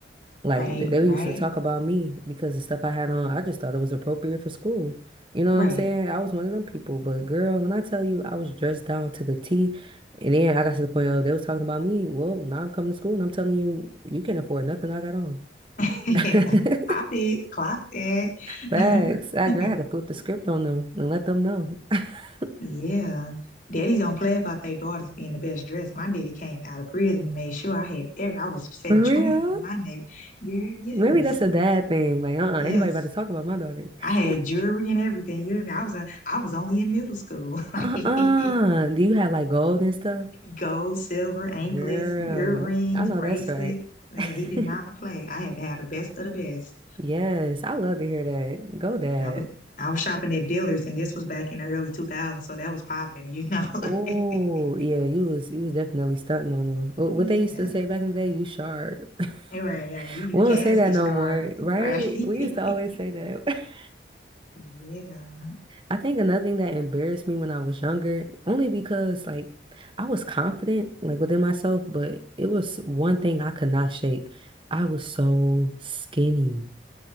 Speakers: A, on the right; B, on the left.
A: Like
B: Right,
A: th- they
B: right,
A: used to talk about me because the stuff I had on, I just thought it was appropriate for school. You know
B: right.
A: what I'm saying? I was one of them people, but girl, when I tell you I was dressed down to the T, and then I got to the point of they was talking about me. Well, now I'm coming to school and I'm telling you, you can't afford nothing I got on.
B: <laughs> Yeah.
A: <laughs>
B: Pop it, clock that.
A: Facts.
B: <laughs>
A: I, girl, I had to flip the script on them and let them know. <laughs>
B: Yeah. Daddies don't play about their daughters being the best dressed. My daddy came out of prison and made sure I had every I was setting
A: For
B: trends
A: real?
B: in my neighborhood. Yeah, yes.
A: Maybe that's a dad thing. Like, uh-uh,
B: Yes.
A: anybody about to talk about my daughter. <laughs>
B: I had jewelry and everything. You know what I mean? I was a, I was only in middle school.
A: Uh-uh.
B: <laughs>
A: Do you have like gold and stuff?
B: Gold, silver, anklets,
A: Girl,
B: earrings,
A: I know
B: bracelets.
A: that's right.
B: Man, he
A: <laughs>
B: did not play. I had to have the best of the best.
A: Yes, I love to hear that. Go dad.
B: I was I was shopping at dealers, and this was back in the early 2000s, so that was popping, you know. <laughs>
A: Oh, yeah, you was you was definitely stunting on them. Wh- What
B: Yeah.
A: they used to say back in the day, you sharp. <laughs>
B: Right, yeah, you you
A: We
B: casket
A: don't say that no
B: sharp,
A: more, right?
B: right? <laughs>
A: We used to always say that. <laughs>
B: Yeah.
A: I think another thing that embarrassed me when I was younger, only because like I was confident like within myself, but it was one thing I could not shake. I was so skinny.